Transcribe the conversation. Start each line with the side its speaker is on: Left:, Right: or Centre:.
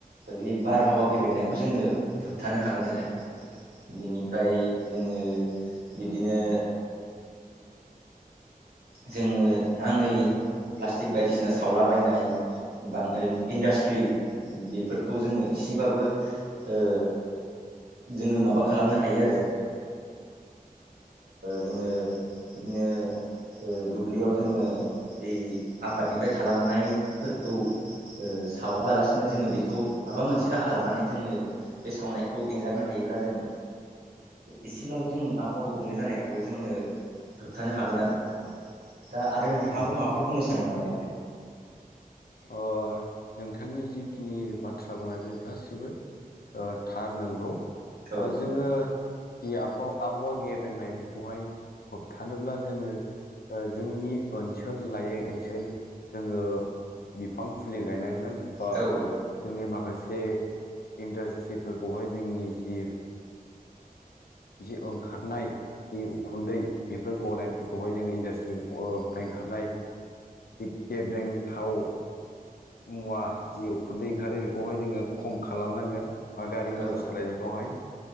Right: बे बारहावा गेबेंनायखौ जोङो होबथानो हागोन आरो बिनिफ्राय
Left: औ
Right: जोङो बिब्दिनो जोङो नाङै प्लास्टिक बायदिसिना सावलाबायनाय बां ओइ इन्डास्ट्रि बेफोरखौ जोङो एसेबाबो ओ जोङो माबा खालामनो हायो आरो जोङो बिदिनो दुब्लियाव जोङो बे आबादनिफ्राय थालांनायफोरखौ सावाबालासिनो जोङो बेखौ माबा मोनसे राहा लानानै जोङो बे सावनायखौ एंगारनो हायोब्ला जों एसेब्लाबो जोंनि आबहावा गुबुंले जानायखौ जोङो होबथानो हागोन आरो दा आरो नोंथाङाबो
Left: औ
Right: माबाफोर बुंनो सानो नामा बेवहाय
Left: अ नोंथांनि जिखिनि बाथ्रा बुंनाय बे गासिबो थार नंगौ
Right: औ
Left: जोङो जि आबहावा आबहावा गेबेंनाय बेखौहाय होबथानोब्ला जोङो जोंनि ओनसोल लायै ओनसोल जोङो बिफां फुलि गायनांगोन बा
Right: औ
Left: जोंनि
Right: औ
Left: माखासे इन्डास्ट्रिफोरखौहाय जोंनि जि जि ओंखारनाय जि उखुन्दै बेफोर गनायफोरखौहाय जोङो इन्डासट्रिफ्राय ओंखारनाय जिब गेब्रें थाव मुवा जि उखुन्दै ओंखारो बेखौहाय जोङो खम खालामनांगोन बा गारि
Right: औ
Left: मटर सालायनाय खौहाय